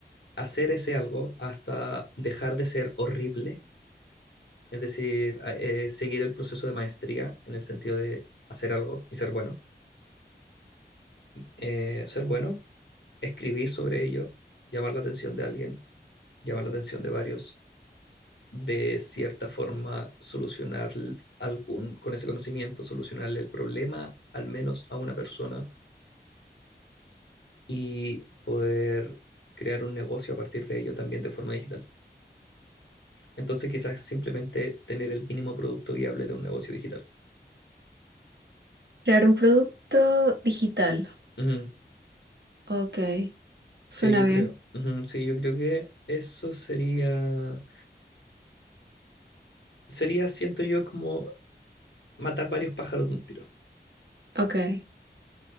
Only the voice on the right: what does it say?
Crear un producto digital.
Ok. Suena
bien.
Ok.